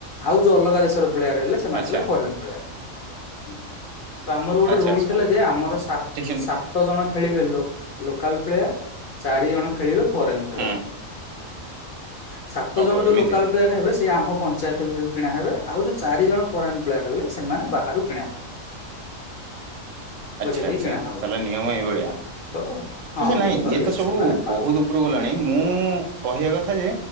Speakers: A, on the left; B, on the right.
A: ଆଉ ଯୋଉ ଅଲଗା ଦେଶର ପ୍ଲେୟାର ହେଲେ ସେ ସେମାନେ
B: ଆଚ୍ଛା
A: ହେଲେ ଫରେନ୍ ପ୍ଳେୟାର। ହୁଁ ତ ଆମର ଗୋଟେ
B: ଆଚ୍ଛା
A: ରୁଲ୍
B: ଆଚ୍ଛା
A: ଥିଲା ଯେ ଆମର ସା
B: ଠିକ ସେମିତି
A: ସା ସାତ ଜଣ ଖେଳିବେ ଲୋ ଲୋକାଲ ପ୍ଲେୟାର। ଚାରି ଜଣ ଖେଳିବେ ଫରେନ୍ ପ୍ଲେୟାର।
B: ହୁଁ
A: ସାତ
B: ଓହୋ
A: ଜଣ
B: ଏମିତି
A: ଯୋଉ ଲୋକାଲ ପ୍ଲେୟାର ହେବେ ସେ ଆମ ପଞ୍ଚାୟତ ଭିତରୁ କିଣା ହେବେ ଆଉ ଯୋଉ ଚାରି ଜଣ ଫୋରେନ୍ ପ୍ଲେୟାର ହେଲେ ସେମାନେ ବାହାରୁ କିଣା ହେବେ।
B: <inaudible> ଆଚ୍ଛା
A: ପଇସା ଦେଇ
B: ଆ୍ଛା
A: କିଣା ହବ
B: ତାହଲେ ନିୟମ ଏଇ ଭଳିଆ
A: ତ ହଁ
B: ହଯେ ନାଇଁ ଇଏ ତ
A: ଏ
B: ସବୁ
A: ସେମାନେ ପାଞ୍ଚ
B: ବହୁତ ଉପ ଟୁ ଗଲାଣି ମୁଁ କହିବା କଥା ଯେ